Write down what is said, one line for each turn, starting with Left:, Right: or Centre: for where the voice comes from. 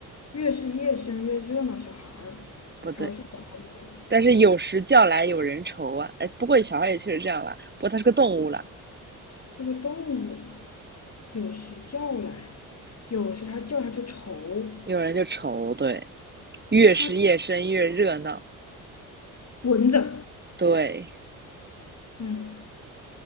Left: 越是夜深越热闹，小孩儿小孩儿睡不着他就哭。
Right: 不对，但是有时叫来有人愁啊。哎，不过小孩也确实这样啦，不过它是个动物啦，
Left: 这个动物有时叫来，有时他叫他就愁。
Right: 有人就愁。对，越是夜深越热闹。
Left: 它闻着，
Right: 对，
Left: 嗯，